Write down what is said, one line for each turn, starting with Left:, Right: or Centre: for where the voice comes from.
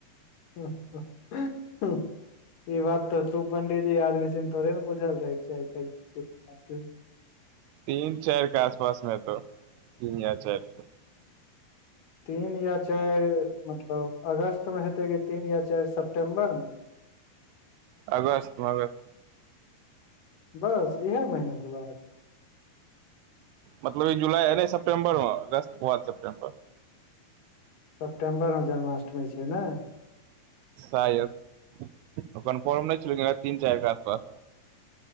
Left: <unintelligible> ई बात तऽ तू पंडितजी आदमी छिही तोरे ने बुझल रहे के चाही कहिय
Right: तीन चार के आस पास मे हेतो तीन या चार कऽ
Left: तीन या चारि मतलब अगस्त मे हेतै कि तीन या चारि सेप्टेम्बरमे
Right: अगस्त मे
Left: बस इहाय महीनाके बाद
Right: मतलब ई जुलाइ अ सेप्टम्बरमे अगस्त कऽ बाद स सेप्ेम्बर
Left: सेप्टेम्बरमे जन्माष्टमी छै नऽ
Right: शायद ओन परम नहि छल ती चारि के आसपास